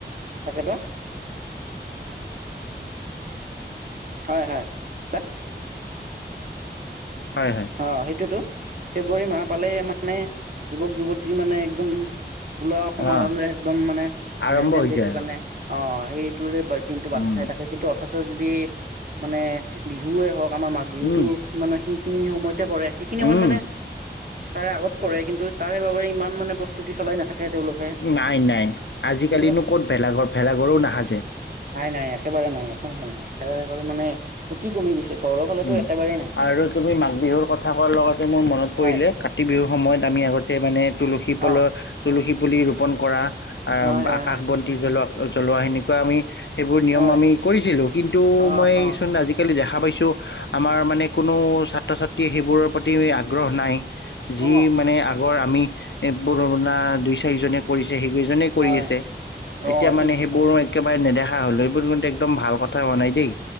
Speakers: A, on the right; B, on the left.
A: তাকেতো হয় হয় দা
B: হয় হয়
A: অ সেইটোতো ফেব্ৰুৱাৰী মাহ পালেই মানে যুৱক যুৱতী মানে একদম ওলমাৰ
B: অঁ
A: একদম মানে
B: আৰম্ভ
A: ভেলেন্টাইন
B: হৈ
A: ডেটতোৰ
B: যায় আৰু
A: কাৰনে হয় সেটোৰে বাট দিনটো বাট
B: উম,
A: চাই থাকে কিন্তু অথচ তই যদি মানে বিহুৱে হওক আমাৰ মাঘ বিহুতটো
B: উম,
A: সেইখিনি সময়ত পিছে পৰে সেইখিনি সময়ত
B: উম।
A: মানে তাৰে আগত পৰে কিন্তু তাৰে বাবে ইমান মানে প্ৰস্তুতি চলাই নাথাকে তেওঁলোকে
B: নাই নাই আজিকালিনো
A: এইবিলাক
B: ক'ত ভেলাঘৰ ফেলাঘৰো নাহাজে।
A: নাই নাই একেবাৰে নাই কোন খানে ভেলাঘৰ মানে মই কিৰোম বিশেচ তহতৰ ফালেতো
B: উম।
A: একেবাৰে নাই
B: আৰু তুমি মাঘ বিহুৰ কথা কোৱাৰ লগতে মোৰ মনত পৰিলে
A: হয়
B: কাতি বিহুৰ সময়ত আমি আগত গোতে মানে তুলসী পলৰ
A: অ
B: তুলসী পুলি অপণ কৰা আ
A: হয় হয়
B: আকাশ
A: হয়
B: বন্তি জ্বলক জ্বলোৱা সেনেকোৱা আমি সেইবোৰ নিয়ম
A: হয়
B: আমি কৰিছিলো, কিন্তু
A: অ
B: মইচোন
A: অ
B: আজিকালি দেখা খাবাইছো আমাৰ মানে কোনো ছাত্ৰ ছাত্ৰীয়ে সেইবোৰৰ প্ৰতি আগ্ৰহ নাই। যি
A: অ
B: মানে আগৰ আমি এ পুৰণা দুই চাৰিজনে কৰিছ সেইকেইজনে কৰি
A: হয়
B: আছে
A: অ
B: এতিয়া
A: ঠিক
B: মানে
A: কথা
B: সেইবোৰো একেবাৰে নেদেখা কা হ'লে এইবোৰ কিন্তু একদম ভাল কথা হোৱা নাই দেই